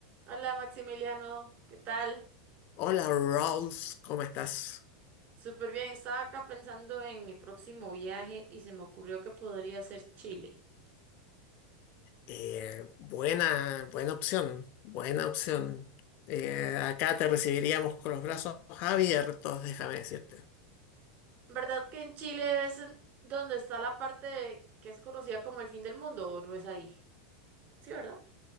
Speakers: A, on the right; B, on the left.
A: Hola Maximiliano, ¿qué tal?
B: Hola Rolf, ¿cómo estás?
A: Súper bien, estaba acá pensando en mi próximo viaje y se me ocurrió que podría ser Chile.
B: Eh, buena, buena opción, buena opción. Eh, acá te recibiríamos con los brazos abiertos, déjame decirte.
A: ¿Verdad que en Chile es donde está la parte de- que es conocida como el fin del mundo o no es ahí? Sí, ¿verdad?